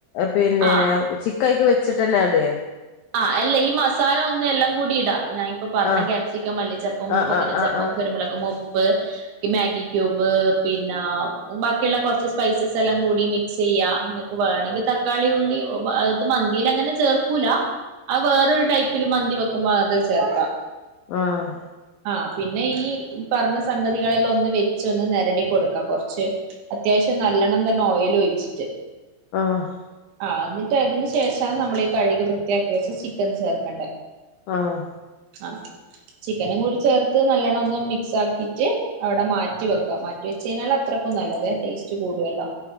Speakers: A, on the left; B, on the right.
A: പിന്നെ
B: ആ
A: ചിക്കൻ അയി ക്ക് വെച്ചിട്ട്ന്നെ ഇടെ
B: ആ അല്ല ഈ മസാല ഒന്ന്‌ എല്ലാം കൂടി ഇടാ ഇ ഇപ്പൊ പറഞ്ഞ
A: ആഹ്
B: ക്യാപ്സിക്കം മല്ലിച്ചപ്പും
A: ആഹ്
B: പുതിനച്ചപ്പും
A: ആഹ്
B: കുരുമുളകും ഉപ്പ് ഈ മാഗി ക്യൂബ് പിന്നെ ബാക്കിയുള്ള കുറച്ച് സ്പൈസസ് എല്ലാം കൂടി മിക് മിക്സ് ചെയ്യ ഇങ്ങൊക്കെ വേണെങ്കിൽ തക്കാളി ഉള്ളി അത് മന്തിൽ അങ്ങനെ ചേർക്കൂല ആ വേറൊരു ടൈപ്പില് മന്തി വെക്കുമ്പോ അത് ചേർക്കാം
A: ആഹ്
B: ആഹ് പിന്നെ ഈ പറഞ്ഞ സംഗതികളെല്ലാം ഒന്ന് വെച്ച് ഒന്ന് നേരടി കൊടുക്കാം കുറച്ച് അത്യാവശ്യം നല്ലണം തന്നെ ഓയിൽ ഒഴിച്ചിട്ട്
A: ആഹ്
B: ആ എന്നിട്ട് അതിനന് ശേഷം നമ്മൾീ കഴുകി വൃത്തിയാക്കി വെച്ച ചിക്കൻ ചേർക്കണ്ടേ
A: ആഹ്
B: ആ ചിക്കനും കൂടി ചേർത്ത് നല്ലോണം ഒന്ന് മിക്സ് ആക്കിട്ട് അവിടെ മാറ്റി വെക്കാം മാറ്റി വെച്ച കഴിഞ്ഞാൽ അത്രയ്ക്കും നല്ലത് ടേസ്റ്റ് കൂടുല്ലോ